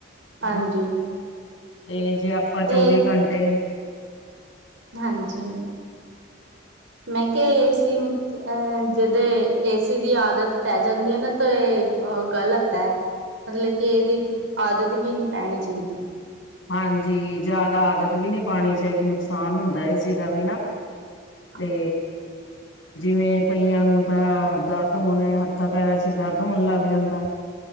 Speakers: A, on the right; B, on the left.
A: ਹਾਂਜੀ
B: ਹਨਾ ਤੇ ਜੇ ਆਪਾਂ ਚੌਵੀ
A: ਤੇ
B: ਘੰਟੇ
A: ਹਾਂਜੀ ਮੈਂ ਕਿਹਾ ਏਸੀ ਅਹ ਜਦੇ ਏਸੀ ਦੀ ਆਦਤ ਪੈ ਜਾਂਦੀ ਐ ਨਾ ਤੇ ਇਹ ਅ ਗ਼ਲਤ ਐ ਮਤਲਬ ਕਿ ਇਹਦੀ ਆਦਤ ਵੀ ਨਹੀਂ ਪੈਣੀ ਚਹੀਦੀ
B: ਹਾਂਜੀ ਜਾਦਾ ਆਦਤ ਵੀ ਨੀ ਪਾਣੀ ਚਾਹੀਦੀ ਨੁਕਸਾਨ ਹੁੰਦਾ ਇਸ ਚੀ ਦਾ ਵੀ ਨਾ
A: ਹੂੰ <inaudible>
B: ਤੇ ਜਿਵੇਂ ਕਈਆਂ ਨੂੰ ਤਾਂ ਦਰਦ ਹੋਣ ਹੱਥਾਂ ਪੈਰਾਂ ਚ ਦਰਦ ਹੋਣ ਲੱਗ ਜਾਂਦਾ ਐ